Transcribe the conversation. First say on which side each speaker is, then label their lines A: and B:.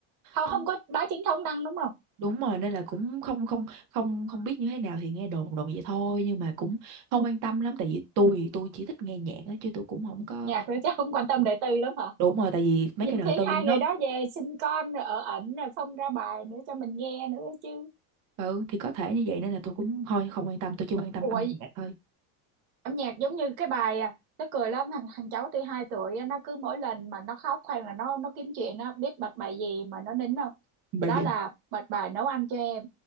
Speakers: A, on the right; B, on the right.
A: không
B: không
A: không có báo chính thống đăng đúng không
B: đúng rồi nên là cũng không không không không biết như thế nào thì nghe đồn đồn vậy thôi nhưng mà cũng không quan tâm lắm tại vì tôi tôi chỉ thích nghe nhạc đó, chứ tôi cũng không có
A: nhạc nữa chắc không quan tâm đời tư lắm hả
B: đúng rồi tại vì mấy
A: nhiều
B: cái đời
A: khi
B: tư
A: hai người
B: nó
A: đó về sinh con rồi ở ẩn rồi không ra bài nữa cho mình nghe nữa chứ
B: ừ thì có thể như vậy nên là tôi cũng thôi không quan tâm tôi chỉ quan tâm
A: ủa
B: âm nhạc thôi
A: âm nhạc giống như cái bài à nó cười lắm thằng thằng cháu tôi 2 tuổi á, nó cứ mỗi lần mà nó khóc hay là nó nó kiếm chuyện nó biết bật bài gì mà nó nín không
B: bài
A: đó
B: gì
A: là bật bài nấu ăn cho em